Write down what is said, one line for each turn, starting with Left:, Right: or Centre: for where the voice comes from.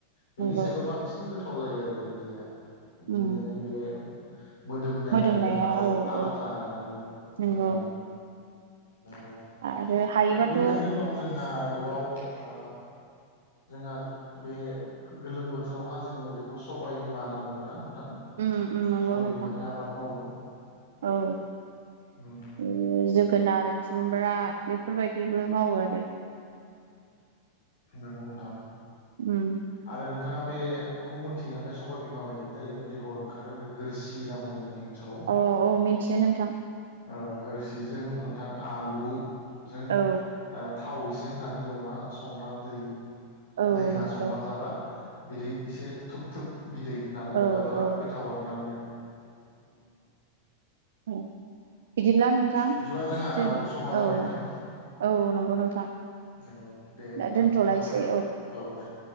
Left: बेनि
Right: नंगौ
Left: सायबो बांसिन गोथाव जायो आरो दुन्दिया
Right: उम
Left: दुदियानि बे मोदोमनायानो
Right: मोदोमनाया
Left: आ
Right: औ
Left: आलादा
Right: औ
Left: आरोना बेनो
Right: नंगौ
Left: मोजां नंगौ
Right: आरो हायोबाथ'
Left: आरो बेबायदिनो
Right: औ
Left: दं जोंहा आरोबाव ओ जोंहा बे गोलोम बोथोरावहा जोङो बेखौ सबाय बिमा होनना बुङोना थां
Right: उम उम नंगौ
Left: सबाय
Right: नोंथां
Left: बिमानि आबाद मावो
Right: औ
Left: उम
Right: जोब जोगोनार खुमब्रा बेफोरबायदिबो मावो आरो
Left: नंगौ नोंथां
Right: उम
Left: आरो नोंथां नोंथाङा बेखौ मिथियोना बे सबायबिमा बायदियानो जायो बेगर ओंखारो गोरसि होनना बुङो जोंनि ओनसोलाव
Right: औ औ मिथियो नोंथां
Left: औ गोरसिजों नोंथां आलुजों
Right: औ
Left: ओ थाव एसे होनानै एवना संना दै
Right: औ
Left: दै होना
Right: नोंगौ
Left: संना जाबा बिदै एसे थुब थुब बिदै होनानै
Right: औ
Left: जाबा जा
Right: औ
Left: गोथाव आरोना बियो।
Right: हुम बिदिब्ला नोंथां
Left: बिदिबा जोंहा
Right: जो
Left: औ समा जाबाय
Right: औ
Left: नोंथां
Right: औ नंगौ नोंथां।
Left: नंगौ दे बिदिबा
Right: दा दोनथ'लायसै
Left: दोनथ'बाय औ दे।